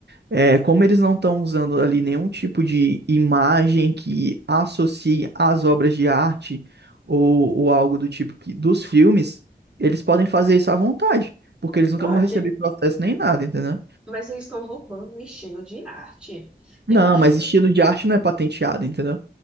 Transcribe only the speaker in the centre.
pode,
mas eles estão roubando o estilo de arte. Eu
acho
isso